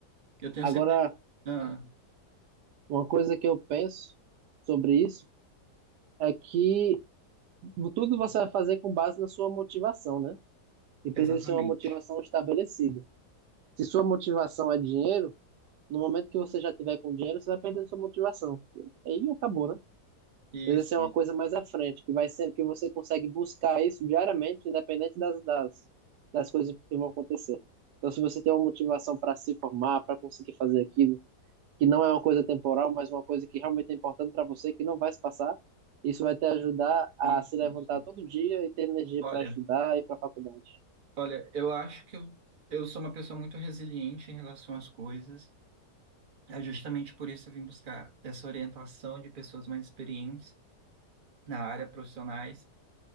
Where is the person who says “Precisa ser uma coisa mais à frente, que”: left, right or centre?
Right